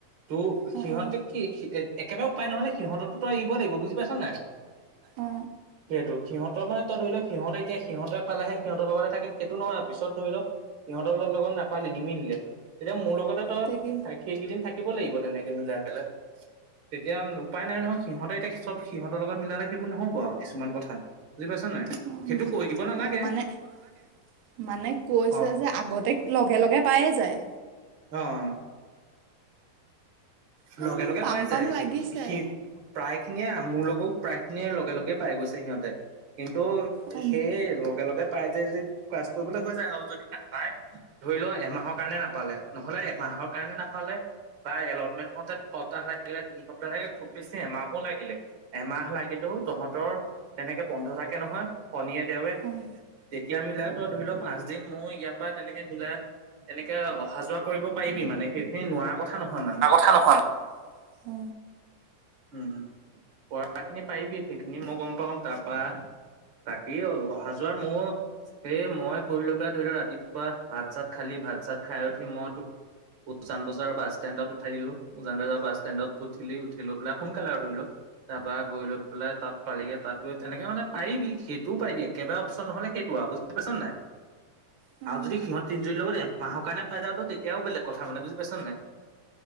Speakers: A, on the right; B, on the right.
A: তো
B: অ
A: সিহঁতে
B: অ
A: কি একেবাৰে উপায় নহলে সিহঁতো তই এৰিব লাগিব বুজি পাইছ নাই
B: অ
A: সেইটো সিহঁতৰ মানে তই ধৰি লও সিহঁতে। তেতিয়া সিহঁতে পালেহে সিহঁতৰ লগতে থাকিম সেইটো নহয় আৰু পিছত ধৰি লও সিহঁতৰ লগত নাপালে নিমিলে তেতিয়া মোৰ লগত <unintelligible> ত
B: তাকে
A: সেইকেইদিন থাকিব লাগিব তেনেকে মিলাই পেলাই তেতিয়া উপায় নাই নহয়। সিহঁতে এতিয়া চব সিহঁতৰ লগত মিলালে সেইবোৰ নহ'ব আৰু কিছুমান কথা বুজি পাইছা নাই।
B: অ
A: সেইটো কৈ দিব নালাগে
B: অ মানে মানে কৈছে
A: অ
B: যে আগতে লগে-লগে পায়েই যায়।
A: অ'।
B: জানো
A: লগে-লগে
B: মোৰ পাম
A: পাই যায়।
B: পাম
A: সি-
B: লাগিছে।
A: সি- সি প্ৰায়খিনিয়ে মোৰ লগ বোক প্ৰায়খিনিয়ে লগে-লগেই পাই গৈছে সিহঁতে। কিন্তু
B: অ',
A: সেই লগে-লগে <unintelligible> পাই যে ক্লাছ কৰিবলৈ হৈ যায় আৰু যদি নাপায় ধৰি লও এমাহৰ কাৰণে নাপালে নহলে এমাহ <unintelligible> কাৰণে নাপালে বা এলট <unintelligible> হঁতে দুসপ্তাহ লাগিলে তিনি সপ্তাহ লাগিলে খুব বেছি এমাহো লাগিলে এমাহ লাগিলেও তহঁতৰ তেনেকে বন্ধ থাকে নহয় শনীয়ে দেওৱে
B: অ',
A: যেতিয়া মিলাই ত ধৰি ল, পাঁচ দিন মই ইয়াৰ পৰা তেনেকে মিলাই তেনেকে অহা যোৱা কৰিব পাৰিবি মানে, সেইখিনি নোৱাৰা কথা নহয় মানে।
B: থা নহ <inaudible>
A: উম, পঢ়াখিনি পাৰিবি। সেইখিনি মই গম পাওঁ। তাৰপা বাকী অহা-যোৱাৰ মোৰ, এই মই কৰি লৈকে ধৰি লোৱা ৰাতিপুৱা ভাত-চাত খালি ভাত-চাত খাই উঠি মই তোক উজান বজাৰ বাছ ষ্টেণ্ডত উঠাই দিলোঁ। উজান বজাৰৰ বাছ ষ্টেণ্ডত উঠিলি। উঠিলোত গলে সোনকালে আৰু ধৰি ল। তাৰপৰা গৈ লৈ বোলে তাত পালিগে। তাত গৈ তেনেকে মানে পাৰিবি। সেইটোও পাৰিবি। একেবাৰে অপশচন নহ'লে, সেইটো আও। বুজি পাইছ নে নাই?
B: অ',
A: <inaudible> আৰু যদি সিহঁত তিনজনীৰ লগত এমাহৰ কাৰণে পাই যাওঁ, তো তেতিয়াও বেলেগ কথা মানে। বুজি পাইছন নে? <inaudible>